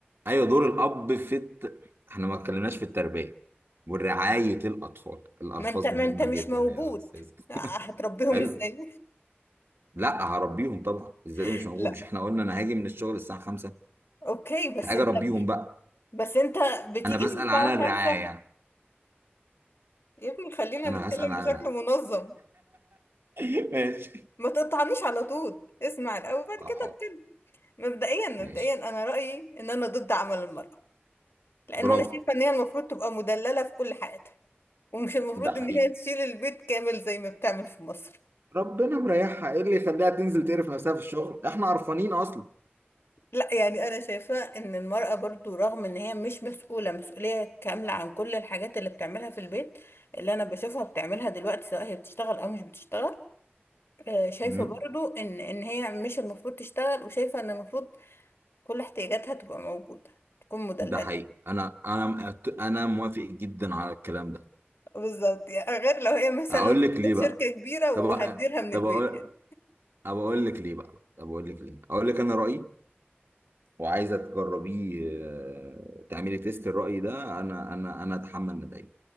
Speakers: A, on the right (about 70°); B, on the left (about 75°).
A: ايوه دور الاب في الت... احنا ما اتكلمناش في التربيه ورعايه الاطفال الالفاظ
B: ما انت ما
A: مهمه
B: انت مش
A: جدا
B: موجود
A: يا استاذ
B: هتربيهم
A: حلو
B: ازاي
A: لا هربيهم طبعا ازاي
B: <laughs>
A: مش موجود
B: لا
A: مش احنا قلنا انا هاجي من الشغل الساعه 5
B: اوكي بس
A: هاجي
B: انت
A: اربيهم بقى
B: بس انت بتيجي
A: انا بسأل
B: من الساعة
A: على الرعايه
B: خمسة
A: يعني.
B: يا ابني خلينا
A: انا
B: نتكلم
A: هسأل على
B: بشكل
A: الرعايه
B: منظم
A: <laughs> ماشي
B: ما تقطعنيش على طول اسمع الاول بعد
A: طب
B: كده
A: حاضر
B: اتكلم مبدئيا مبدئيا
A: ماشي
B: انا رايي ان انا ضد عمل المراه لان
A: برافو
B: انا شايفه ان هي المفروض تبقى مدلله في كل حياتها ومش المفروض
A: ده حقيقي
B: ان هي تشيل البيت كامل زي ما بتعمل في مصر
A: ربنا مريحها ايه اللي يخليها تنزل تقرف نفسها في الشغل احنا قرفانين اصلا
B: لا يعني انا شايفه ان المراه برضو رغم ان هي مش مسؤوله مسؤوليه كامله عن كل الحاجات اللي بتعملها في البيت اللي انا بشوفها بتعملها دلوقتي سواء هي بتشتغل او مش بتشتغل آه، شايفه
A: مم.
B: برضو ان ان هي مش المفروض تشتغل وشايفه ان المفروض كل احتياجاتها تبقى موجودة تكون مدللة
A: ده حقيقي انا انا مقت- انا موافق جدا على الكلام ده
B: بالظبط يعني غير لو هي مثلا
A: اقول لك ليه بقى
B: شركة كبيرة
A: طب
B: وهتديرها
A: أ-
B: من
A: طب
B: البيت
A: اقول
B: يعني
A: طب اقول لك ليه بقى طب اقول لك ليه اقول لك انا رأيي وعايزه تجربيه آه، تعملي تيست الرأي ده انا انا انا اتحمل نتائجه